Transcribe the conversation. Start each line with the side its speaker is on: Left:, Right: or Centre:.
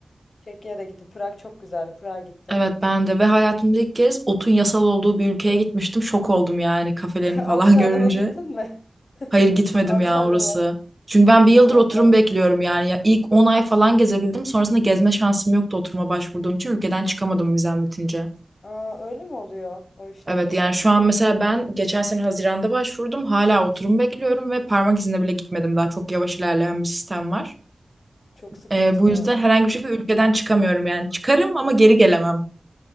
Left: Çekya'ya da gittim. Prag çok güzeldi. Prag'a gittim.
Right: Evet ben de ve hayatımda ilk kez otun yasal olduğu bir ülkeye gitmiştim. Şok oldum yani kafelerini
Left: <laughs>
Right: falan
Left: Amsterdam'a
Right: <laughs> görünce.
Left: gittin mi? <laughs>
Right: Hayır gitmedim
Left: Amsterdam'a.
Right: ya orası. Çünkü ben bir
Left: Oo
Right: yıldır oturum
Left: ben.
Right: bekliyorum yani. Ya ilk 10 ay falan gezebildim. Sonrasında gezme şansım yoktu oturuma başvurduğum için. Ülkeden çıkamadım vizem bitince.
Left: Aa, öyle mi oluyor o işler?
Right: Evet yani şu an mesela ben geçen sene Haziran'da başvurdum. Hala oturum bekliyorum ve parmak izine bile gitmedim. Daha çok yavaş ilerleyen bir sistem var.
Left: Çok sıkıntı
Right: Ee, bu
Left: ya.
Right: yüzden herhangi
Left: Peki
Right: bir şekilde ülkeden çıkamıyorum yani. Çıkarım ama geri gelemem.